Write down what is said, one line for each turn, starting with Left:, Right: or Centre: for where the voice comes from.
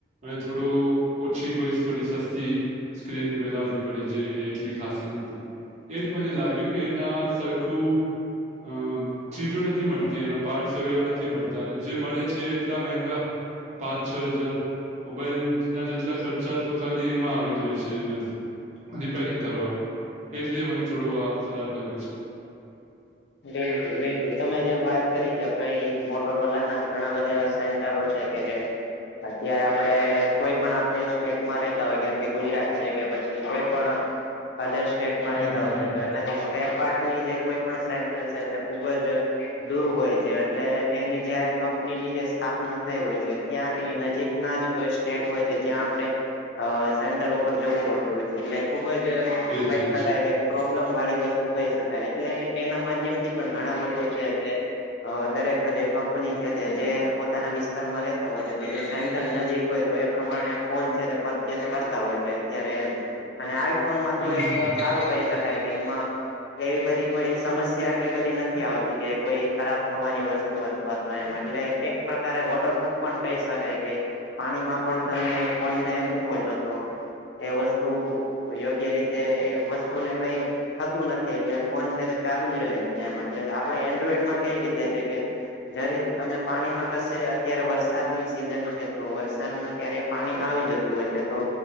Right: મે થોડું. ઓછી કોઈ થોડી સસ્તી સ્ક્રીન <unintelligible> પડી જે એટલી ખાસ નથી એજ મને લાગ્યું કે એના સરખું. <unintelligible> ચીજો નથી મળતી એના પાર્ટસ વગેરે નથી મળતા અને જે મળે છે, એટલા મંગા. પાંચ છ હજાર મોબાઈલ ના જેટલા ખર્ચા તો ખાલી એમાં આવી જાય છે, એનાથી. રિપેરિંગ કરવામાં એટલે મને થોડું આ ખરાબ લાગે છે.
Left: બિલકુલ બિલકુલ તમે જેવ વાત કરી કે કઈ મોટરવાલા ના ઘણા <unintelligible> <unintelligible> છે, કે જે. અત્યારે આપડે કોઈ પણ આપડ સ્ટેટમાં રેતા હોય કેમ કે ગુજરાત છે, કે પછી કોઈ પણ. અધર સ્ટેટમાં
Right: હમ
Left: રહેતા
Right: હમ
Left: હોય
Right: હમ
Left: છે, તો એ જે <unintelligible> પાર્ટની જે કોઈ પણ સે. તે ખુબ જ દૂર હોય છે, એટલે એની જયારે કંપનીની જે સ્થાપના થઈ હોય છે, ત્યાં એની નજીક ના જ કોઈ સ્ટેટ હોય છે, ત્યાં આપડણે. અ સેન્ટર ઉપર જવું પડતું હોય છે, એટલે ખુબ જ
Right: એજ
Left: કહી શકાય
Right: એજ
Left: કે. પ્રોબ્લેમ વાળી વસ્તુ કહી શકાય એટલે એના માધ. પણ ઘણા લોકો છે, તે દરેક કંપની છે, જે પોતાના વિસ્તારમાં રેતા હોય છે, તો જો સેન્ટર નજીક હોય તો એ પ્રમાણે ફોન છે. પરચેસ કરતા હોય છે, અત્યારે એમ. અને આઈફોનમાં તો
Right: હમ
Left: એક
Right: હમ હમ
Left: સારું કહી સકાઈ કે એમા એવી બધી કોઈ સમસ્યા. <unintelligible> બધી નથી આવતી કે કોઈ ખરાબ થવાની વસ્તુ અથવા તો એમ એટલે એક. પ્રકારે વોટરપ્રૂફ પણ કહી શકાય કે? પાણીમાં પણ તમે ફોનને મૂકો છો તો. એ વસ્તુ અયોગ્ય રીતે, એ વસ્તુને કઈ? થતું નથી એટલે ફોન છે, તે ચાલુ જ રહે છે, એમ એટલે આપડે એન્ડ્રોઈડમાં કઈ રીતે છે, કે. જ્યારે તમે પાણીમાં તશે અત્યારે વરસાદની સિઝન છે, તો વરસાદમાં કયારે. પાણી આવી જતું હોય છે, તો